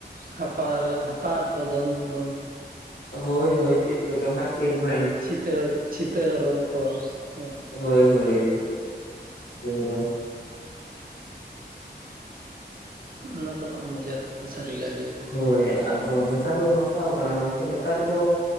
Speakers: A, on the right (about 55°); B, on the left (about 75°).
A: ᱦᱟᱯᱟᱨᱮ ᱦᱟᱯᱟᱠᱚ ᱫᱚᱱ ᱫᱚᱱ
B: ᱦᱚᱭ ᱦᱚᱭ ᱪᱮᱫᱠᱚᱪᱚ ᱠᱷᱮᱞᱱᱟ
A: ᱪᱤᱛᱟᱹᱨ ᱪᱷᱤᱛᱟᱹ ᱦᱚᱨᱚᱱ ᱠᱚ ᱦᱮᱸ
B: ᱦᱚᱭ ᱦᱚᱭ ᱪᱷᱤᱛᱟ ᱦᱚᱨᱚᱱ
A: ᱚᱱᱟ ᱠᱚᱨᱮᱱᱟᱜ ᱢᱚᱡᱟ ᱛᱮᱫ ᱫᱚ ᱥᱟᱹᱨᱤ ᱜᱮ
B: ᱦᱚᱭ ᱟᱫᱚ ᱱᱮᱛᱟᱨ ᱫᱚ ᱱᱚᱣᱠᱟ ᱠᱟᱱᱟ ᱜᱚᱝᱠᱮ ᱱᱮᱛᱟᱨ ᱫᱚ